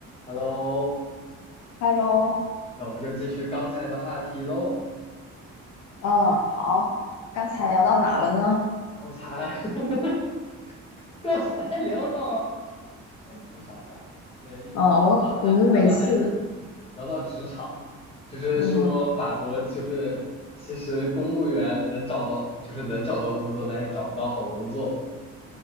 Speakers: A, on the left; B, on the left.
A: Hello，
B: Hello，
A: 那我们就继续刚才的话题喽。
B: 嗯，好，刚才聊到哪了呢？
A: 刚才，<laughs> 刚才聊到，哎，我想一下，那一好好还，
B: 嗯，我们我们每次，
A: 咱们还聊到职场，就是说法国就是其实公务员能找到，
B: 嗯，
A: 就是能找到工作，但是找不到好工作